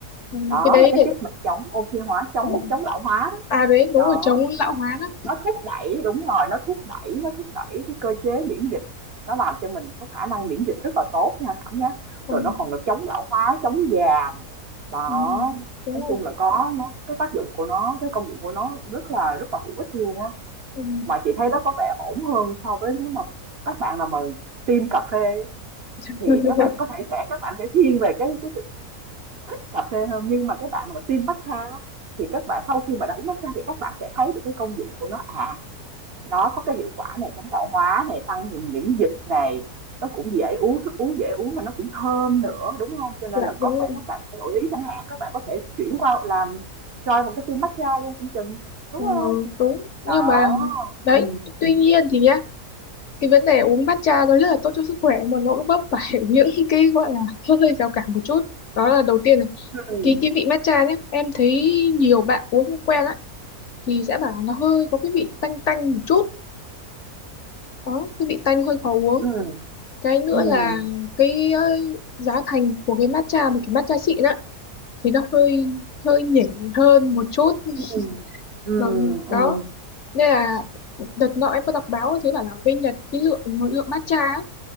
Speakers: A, on the left (about 60°); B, on the right (about 50°).
A: Ừ,
B: đó
A: cái đấy
B: là cái
A: để
B: chất mà chống oxy hóa chống
A: ờ,
B: chống lão hóa đó
A: à đấy đúng
B: đó
A: rồi chống lão hóa đó
B: nó thúc đẩy đúng rồi nó thúc đẩy nó thúc đẩy cái cơ chế miễn dịch nó làm cho mình có khả năng miễn dịch rất là tốt nha Thảo nhé
A: còn
B: rồi nó còn là chống lão hóa chống già nè đó
A: ừ, đúng
B: nói
A: rồi
B: chung là có nó cái tác dụng của nó cái công dụng của nó rất là rất là hữu ích luôn á
A: ừ.
B: mà chị thấy nó có vẻ ổn hơn so với nếu mà các bạn nào mà tiêm cà phê
A: <laughs>
B: thì các bạn có thể sẽ các bạn sẽ thiên về cái, cái thích cà phê hơn nhưng mà các bạn nào mà tiêm matcha thì các bạn sau khi mà đã uống matcha thì các bạn sẽ thấy được cái công dụng của nó à nó có cái hiệu quả này chống lão hóa này tăng cường miễn dịch này nó cũng dễ uống thức uống dễ uống mà nó cũng thơm nữa đúng không cho nên
A: dạ
B: là
A: đúng
B: có
A: rồi
B: thể các bạn sẽ đổi ý chẳng hạn các bạn có thể chuyển qua làm cho một cái team matcha luôn cũng chừng đúng
A: ờ,
B: không
A: đúng nhưng
B: đó
A: mà đấy
B: ừ
A: tuy nhiên thì nhá cái vấn đề uống matcha nó rất là tốt cho sức khỏe mà nó cũng vấp phải <laughs> những cái gọi là <laughs> hơi hơi rào cản một chút đó là đầu tiên là
B: ừ
A: cái cái vị matcha nhé em thấy nhiều bạn uống không quen á thì sẽ bảo nó hơi có cái vị tanh tanh một chút đó cái vị tanh hơi khó uống
B: ừ
A: cái nữa
B: ừ
A: là cái ờ, giá thành của cái matcha một cái matcha xịn á thì nó hơi hơi nhỉnh hơn một chút
B: ừ
A: <laughs>
B: ừ
A: mà
B: ừ
A: đó nên là đợt nọ em có đọc báo thấy bảo là ở bên Nhật cái lượng lượng matcha á,